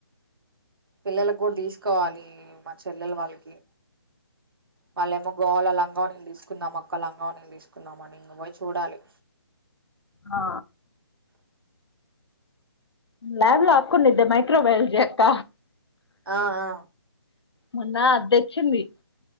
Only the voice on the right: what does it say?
పిల్లల గూడ్ దీసుకోవాలి మా చెల్లెల వాళ్ళకి వాళ్ళేమో గోల లంగ వోనిల్ దీస్ కుందాం అక్క లాంగా వోనీల్ తీసుకుందాం అని ఇంగ వొయ్ చూడాలి
ఆ ఆ